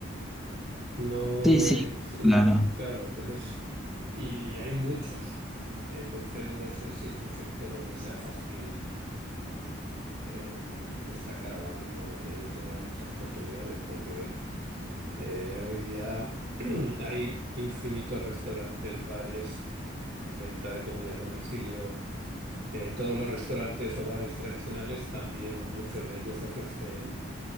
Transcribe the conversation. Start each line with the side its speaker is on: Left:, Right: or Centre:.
Right: No
Centre: Sí, sí,
Right: es, no,
Centre: claro.
Right: claro, entonces, y hay muchos. Entonces, no sé si es un sector donde sea fácil eh, destacar ahora mismo o que tenga muchas oportunidades, porque Eh, hoy día <clears throat> hay infinitos restaurantes, bares, venta de comida a domicilio. Eh, todos los restaurantes o bares tradicionales también muchos de ellos ofrecen